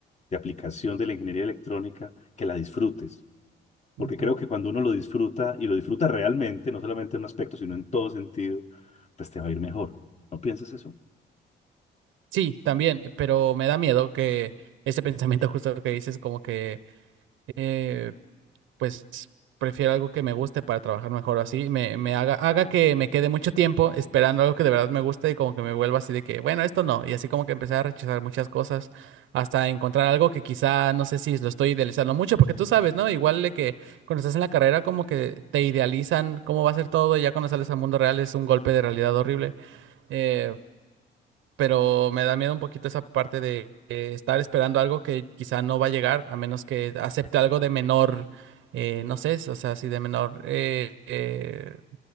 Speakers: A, on the left; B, on the right.
A: de aplicación de la ingeniería electrónica que la disfrutes. Porque
B: ujú.
A: creo que cuando uno lo disfruta y lo disfruta realmente, no solamente en un aspecto, sino en todo sentido, pues te va a ir mejor. ¿No piensas eso?
B: Sí, también, pero me da miedo que ese <laughs> pensamiento justo que dices, como que eh, pues prefiero algo que me guste para trabajar mejor así, me, me haga, haga que me quede mucho tiempo esperando algo que de verdad me guste y como que me vuelva así de que, bueno, esto no, y así como que empecé a rechazar muchas cosas hasta encontrar algo que quizá, no sé si lo estoy idealizando mucho, porque tú sabes, ¿no? Igual de que cuando estás en la carrera como que te idealizan cómo va a ser todo y ya cuando sales al mundo real es un golpe de realidad horrible. Eh, pero me da miedo un poquito esa parte de eh, estar esperando algo que quizá no va a llegar, a menos que acepte algo de menor, eh, no sé, o sea, si de menor eh, eh,